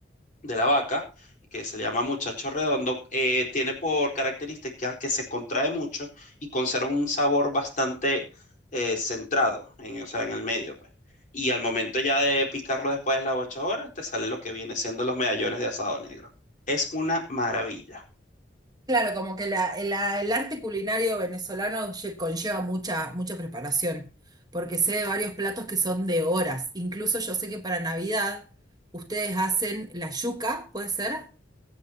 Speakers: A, on the left (about 45°); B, on the right (about 20°).
A: de la vaca, que se le llama muchacho redondo, eh, tiene por característica que se contrae mucho y conserva un sabor bastante eh, centrado, en, o sea, en el medio, pues. Y al momento ya de picarlo después de las 8 horas, te sale lo que viene siendo los medallones de asado negro. Es una maravilla.
B: Claro, como que la- el, la- el arte culinario venezolano lle- conlleva mucha, mucha preparación, porque sé de varios platos que son de horas. Incluso yo sé que para Navidad ustedes hacen la yuca, ¿puede ser?